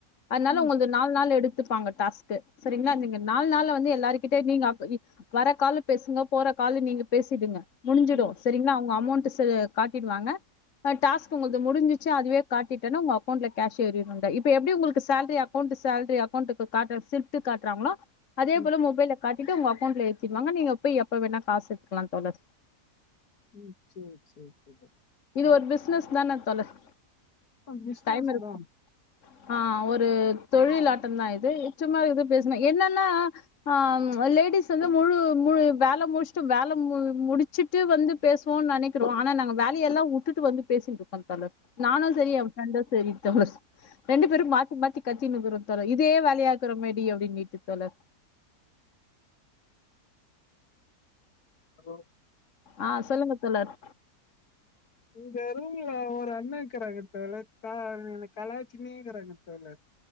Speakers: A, on the left; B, on the left.
A: அதனால
B: ம்
A: உங்கள்து நாலு நாள் எடுத் துப்பாங்க டாஸ்க்கு சரிங்களா நீங்க நாலு நாள்ல வந்து எல்லார் கிட்டே நீங்க அப் வி வர கால் பேசுங்க போற காலு நீங்க பேசிடுங்க முடிஞ்சிடு
B: ம்
A: செரிங்களா அவங்க அமௌண்ட் சு காட்டிடுவாங்க ஆ டாஸ்க் உங்கள்து முடிஞ்சிச்சு அதுவே காட்டிடெனா உங்க அக்கவுண்ட்ல கேஷ் ஏறிடுங்க இப்ப எப்டி உங்களுக்கு சேல்ரி அக்கௌண்ட் இந்த சேலரி அக்கவுண்டுக்கு காட்டுற சில்து காட்றாங்களோ அதே
B: ம்
A: போல மொபைல்ல காட்டிட்டு உங்க அக்கவுண்ட்ல எத்திருவாங்க நீங்க போய் எப்ப வேணா காசு க்கலா தோழர்
B: ம் சே சே தோழி
A: இது ஒரு பிசினஸ் தானே தோழர்
B: ஆ பிஸ்னஸ்
A: டைம் இருக்கு
B: தா
A: ஆ ஒரு தொழிலாட்டோ தா இது சும்மா இது பேசுனா என்னன்னா ஆ லேடிஸ் வந்து முழு ம் வேல முடிச்ட்டு வேல மு முடிச்சுட்டு வந்து பேசுவோ நெனக்கிறோ ஆனா நாங்க வே ல எல்லா வுட்டுட்டு வந்து பேசின்ட்ருக்கன் நானு செரி எ ஃப்ரண்டு செரி தோழர் ரெண்டு பேரு மாத்தி மாத்தி கத் தினுக்குறோ தோழர் இதே வெளையா இருக்குறோ மேடி அப்டின்மிட்டு தோழர்
B: அப்போ
A: ஆ சொல்லுங்க தோழர்
B: இங்க ரூம்ல ஒரு அண்ணா இக்குறாங்க தோழர் பா அவங்க என்ன கலாச்சினே இருக்குறாங்க தோழர்